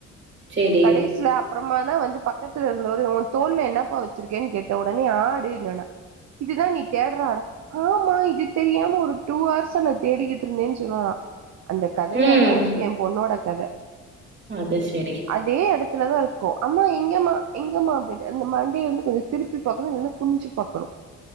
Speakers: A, on the right; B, on the right.
A: சரி.
B: கடைசில அ ப்றமாதா வந்து பக்கத்துல இருந்தவரு ஒ தோல்ல என்னப்பா வச்சிருக்கென் கேட்ட ஒடனே ஆடுன்னானா இதுதா நீ தேட்ற ஆடா ஆமா இது தெரியாம ஒரு டூ அவர்ஸா நா தேடிக்கிட்ருந்தேன் சொல்வானா அந்த கதையா
A: ம்.
B: தா இருக்கு எ பொண்ணோட கத
A: அது சரி.
B: அதே அடுத் இத்தன தா இருக்கு அம்மா இங்கேம்மா எங்கம்மா அப்டின்ட் அந்த மண்டய வந்து கொஞ்ச திருப்பி பாக்கணும் இல்லைன்னா குனிஞ்சி பார்க்கணும்